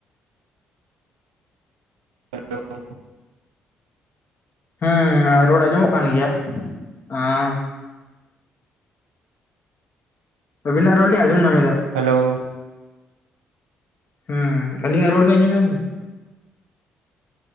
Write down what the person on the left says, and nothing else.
ᱦᱮᱸᱻ, ᱨᱚᱲ, ᱟᱸᱡᱚᱢᱚᱜ, ᱠᱟᱱ ᱜᱮᱭᱟ ᱾ ᱟᱹᱵᱤᱱᱟᱜ, ᱨᱚᱲ ᱞᱤᱧ, ᱟᱸᱡᱚᱢ ᱧᱟᱢᱮᱫᱟ ᱾
ᱦᱮᱸᱻ, ᱟᱞᱤᱧᱟᱜ, ᱨᱚᱲ ᱵᱤᱱ, ᱟᱸᱡᱚᱢ ᱧᱟᱢ ᱮᱫᱟ?